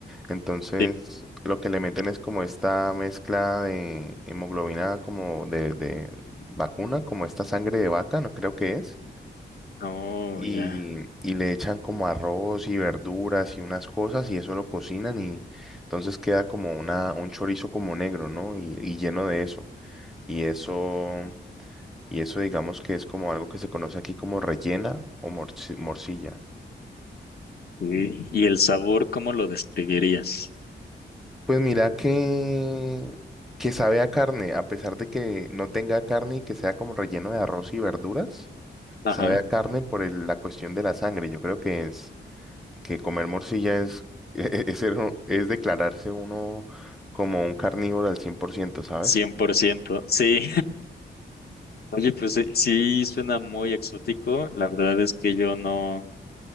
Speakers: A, in the centre; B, on the left.
A: Entonces,
B: Sí.
A: lo que le meten es como esta mezcla de hemoglobina, como de, de vacuna, como esta sangre de vaca, no creo que es.
B: Oh,
A: Y,
B: ya.
A: y le echan como arroz y verduras y unas cosas y eso lo cocinan y entonces queda como una, un chorizo como negro, ¿no? y y lleno de eso. Y eso. Y eso digamos que es como algo que se conoce aquí como rellena o morci- morcilla.
B: Sí. ¿Y el sabor, cómo lo describirías?
A: Pues mira que, que sabe a carne, a pesar de que no tenga carne y que sea como relleno de arroz y verduras,
B: Ajá.
A: sabe a carne por el- la cuestión de la sangre. Yo creo que es que comer morcilla es, <laughs> es, ser un- es declararse uno como un carnívoro al cien por ciento ¿sabes?
B: cien por ciento Sí. Oye, pues sí, sí suena muy exótico. La verdad es que yo no,